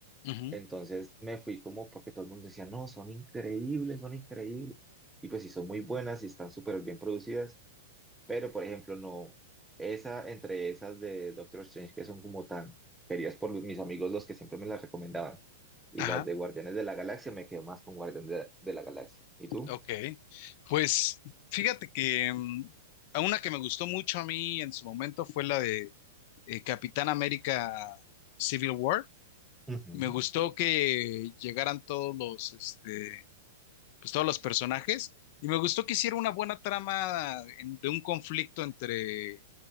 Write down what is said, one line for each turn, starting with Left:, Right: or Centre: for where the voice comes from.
Left: ujú,
Centre: entonces me fui como porque todo el mundo decía, no, son increíbles, son increíbles. Y pues sí, son muy buenas y están súper bien producidas, pero por ejemplo, no, esa entre esas de Doctor Strange que son como tan queridas por los- mis amigos, los que siempre me las recomendaban, y
Left: Ajá.
Centre: las de Guardianes de la Galaxia, me quedo más con Guardianes de, de la Galaxia. ¿Y tú?
Left: Ok, pues fíjate que mm, a una que me gustó mucho a mí en su momento fue la de eh, Capitán América Civil War.
Centre: Ujú.
Left: Me gustó que llegaran todos los, este, pues todos los personajes y me gustó que hiciera una buena trama en- de un conflicto entre